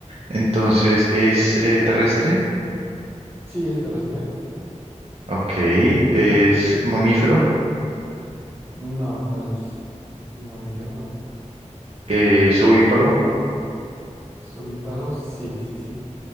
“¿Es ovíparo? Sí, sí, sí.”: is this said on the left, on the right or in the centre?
Right